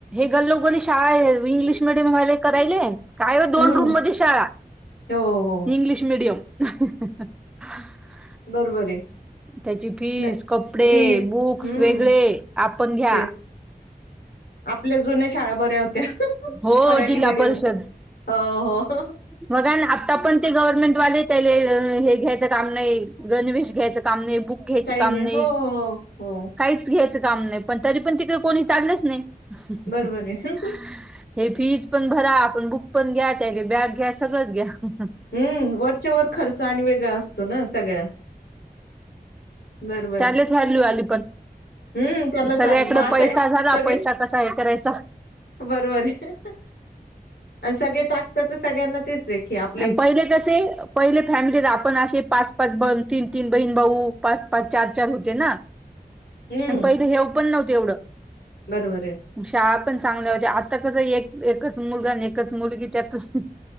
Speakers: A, in the centre; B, on the left.
A: लोकरी शाळा आहे इंग्लिश मिडियम व्हायला करायले. काय हो दोन
B: हम्म
A: रूम मध्ये शाळा
B: हो हो हो
A: इंग्लिश. <unintelligible>
B: बरोबर आहे.
A: त्याची फीस
B: नाही
A: कपडे
B: फीज
A: बुक्स
B: हम्म
A: वेगळे आपण घ्या.
B: तेच आपल्या जुन्या शाळा बऱ्या होत्या
A: हो
B: मराठी
A: जिल्हा
B: मीडियमच्या.
A: परिषद.
B: हो, हो.
A: मग आता पण ते. गव्हर्नमेंट वा घ्यायच काम नाही गवेश घ्यायच काम नाही. बुक घ्यायच
B: काही
A: काम नाही
B: हो, हो, हो.
A: काहीच घ्यायचं काम नाही पण तरी पण तिकडे कोणी चांगलंच नाही. अच्छाच्च्छा
B: बरोबर आहे.
A: <unintelligible> हे फीज पण भरा आपण बुक पण घ्या त्या का बॅग घ्या सगळंच घ्या.
B: हम्म वरच्या वर खर्च आणि वेगळा असतो ना सगळ्या. बरोबर
A: त्याच
B: आहे.
A: व्हॅल्यू आली पण
B: हं, त्यालाच
A: सगळ्याकडे
B: आली मग आता
A: पैसा झाला
B: सगळे
A: पैसा. कसा हे करायचा.
B: बरोबर आहे. आणि सगळे टाकतात तर सगळ्यांना तेच हे की आप.
A: पहिले कसे पहिले फॅमिली आपण असे पाच पाच ब तीन तीन बहीण. भाऊ पाच पाच चार चार होते ना,
B: हं,
A: आणि पहिले हेव पण नव्हते एवढं.
B: बरोबर आहे.
A: शहा पण चांगल्या होत आता कस एक एकच मुलगा आणि एकच मुलगी त्यातून.